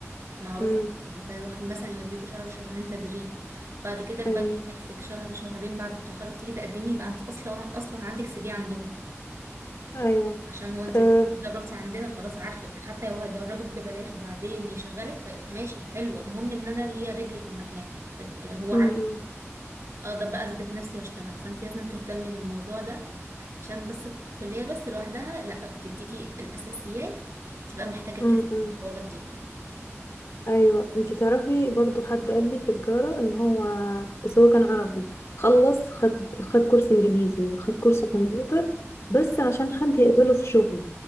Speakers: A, on the right (about 70°); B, on the left (about 65°).
A: معروفة
B: امم
A: فيروح مثلا يوديكوا شهر شهرين تدريب بعد كده البنك
B: ايوه
A: يعرفك شهر شهرين بعد التخرج تيجي تقدمي يبقى انت اصلا اصلا عندك سي في عندهم
B: ايوه
A: عشان هو انت
B: آه.
A: اتدربتي عندنا خلاص عارفك حتى لو هيدربك ببلاش وبعدين يشغلك ف- ماشي حلو المهم ان انا ليا رجل في المكان هو
B: امم
A: عارفني اقدر بقى اثبت نفسي واشتغل فانت لازم تهتمي بالموضوع ده عشان بس الك- الكلية بس لوحدها لا بتديكي الاساسيات تبقى محتاجة تسأل
B: امم
A: في الحوارات دي
B: ايوه انتي تعرفي برضو حد قال لي في التجارة ان هو بس هو كان عربي خلص خد خد كورس انجليزي وخد كورس كمبيوتر بس عشان حد يقبله في شغل